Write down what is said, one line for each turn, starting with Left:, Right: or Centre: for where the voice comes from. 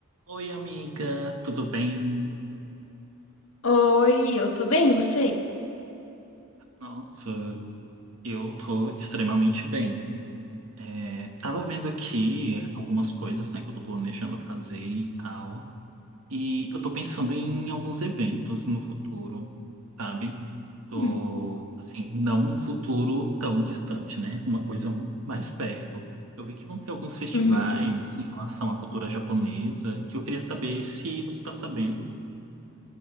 Right: Oi, amiga, tudo bem?
Left: Oi, eu tô bem, e você?
Right: Nossa, eu tô extremamente bem. É, tava vendo aqui algumas coisas, né, que eu tô planejando fazer e tal. E eu tô pensando em alguns eventos no futuro, sabe? Tô,
Left: Hum,
Right: assim, não num futuro tão distante, né? Uma coisa mais perto. Eu vi que vão ter alguns festivais
Left: Uhum.
Right: em relação à cultura japonesa, que eu queria saber se você tá sabendo.